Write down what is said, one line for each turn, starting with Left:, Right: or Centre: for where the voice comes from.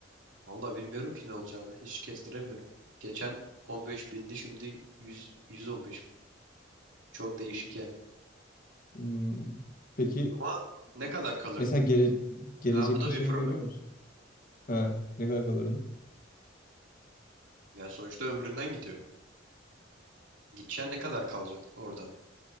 Right: Vallahi bilmiyorum ki ne olacağını. Hiç kestiremiyorum. Geçen 15 bindi şimdi 100, 115. Çok değişik yani.
Left: Hmm, Peki
Right: Ama ne
Left: e,
Right: kadar kalırdın?
Left: mesela gele- gelecekte
Right: Ha bu da bir
Left: şeyi
Right: problem.
Left: görüyor musun? Ha, ne kadar kalırını?
Right: Yani sonuçta ömründen gidiyor. Gideceksin ne kadar kalacaksın orada?